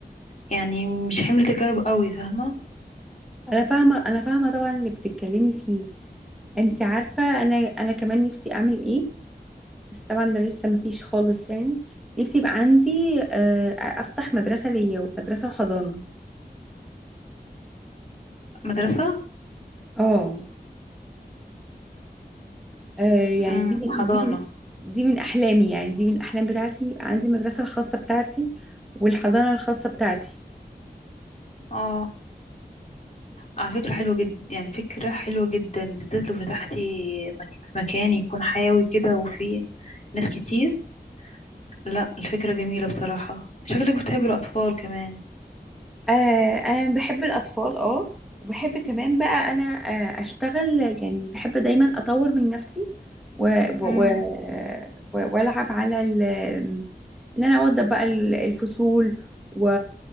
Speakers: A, on the left; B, in the centre.
A: يعني مش حمل تجارب قوي فاهمه
B: انا فاهمة انا فاهمة طبعا اللي بتتكلمي فيه انت عارفة انا انا كمان نفسي اعمل ايه بس طبعا ده لسه مفيش خالص يعني نفسي يبقى عندي آه، افتح مدرسة ليا مدرسة وحضانة
A: مدرسه
B: اه آه يعني
A: امم
B: دي من
A: حضانه
B: دي من دي من أحلامي يعني دي من الأحلام بتاعتي يبقى عندي المدرسة الخاصة بتاعتي والحضانة الخاصة بتاعتي
A: اه على فكرة حلوة جدا يعني فكرة حلوة جدا بالذات لو فتحتي مك... في مكان يكون حيوي كده وفيه ناس كتير لا الفكرة جميلة بصراحة شكلك بتحبي الأطفال كمان
B: آه أنا بحب الأطفال اه وبحب كمان بقى أنا آه أشتغل يعني بحب دايما أطور من نفسي و... و...
A: امم
B: و... و... وألعب على ال... إن أنا أوضب بقى ال- الفصول و...